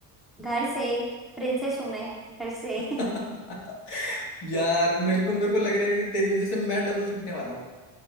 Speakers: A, in the centre; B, on the left.
A: घर से प्रिंसेस हूं मैं घर से
B: <laughs> यार मेरे को मेरे को लग रहा है कि तेरी वजह से मैं डबल
A: <laughs>
B: थकने वाला हूँ